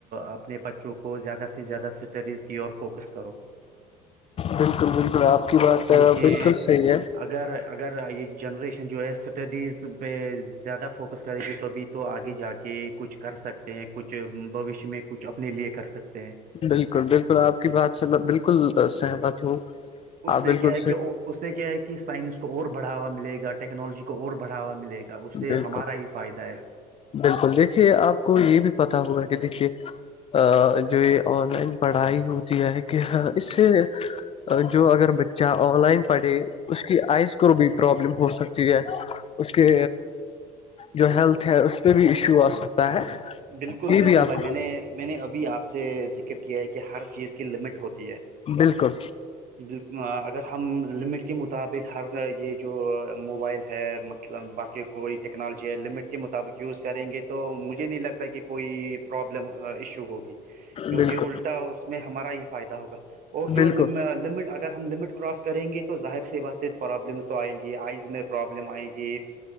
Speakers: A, on the right; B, on the left.
A: اپنے بچوں کو زیادہ سے زیادہ اسٹڈیز کی اور فوکس کرو
B: بالکل بالکل آپ کی بات
A: کیونکہ
B: بالکل صحیح ہے
A: اگر اگر یہ جنریشن جو ہے اسٹڈیز پہ زیادہ فوکس کرے گی کبھی تو آگے جا کے کچھ کر سکتے ہیں کچھ بھشیہ میں کچھ اپنے لیے کر سکتے ہیں
B: بالکل بالکل آپ کی بات سے میں بالکل سہمت ہوں
A: اس
B: آپ
A: سے
B: بالکل
A: کیا ہے کہ اس سے کیا ہے کہ سائنس کو اور بڑھاوا ملے گا ٹیکنالوجی کو اور بڑھاوا ملے گا کا اس سے
B: بالکل
A: ہمارا ہی فائدہ ہے
B: بالکل دیکھیے آپ کو یہ بھی پتا ہوگا کہ دیکھیے ا جو یہ آن لائن پڑھائی ہوتی ہے کہ اس سے جو اگر بچہ آن لائن پڑھے اس کی آئز کو بھی پرابلم ہو سکتی ہے اس کے جو ہیلتھ ہے اس پہ بھی ایشو آ سکتا ہے
A: بالکل
B: یہ
A: بالکل
B: بھی آپ
A: بھائی
B: کو
A: میں نے میں نے ابھی آپ سے ذکر کیا ہے کہ ہر چیز کی لمٹ ہوتی ہے
B: بالکل
A: بالک اگر ہم لمٹ کے مطابق ہر یہ جو موبائل ہے مطلب باقی کوئی ٹیکنالوجی ہے لمٹ کے مطابق یوز کریں گے تو مجھے نہیں لگتا کہ کوئی پرابلم ایشو ہوگی کیونکہ
B: بالکل
A: الٹا اس میں ہمارا ہی فائدہ ہوگا اور
B: بالکل
A: جو لمٹ اگر ہم لمٹ کراس کریں گے تو ظاہر سے بات پرابلمس تو آئیں گی آئز میں پرابلم آئیں گی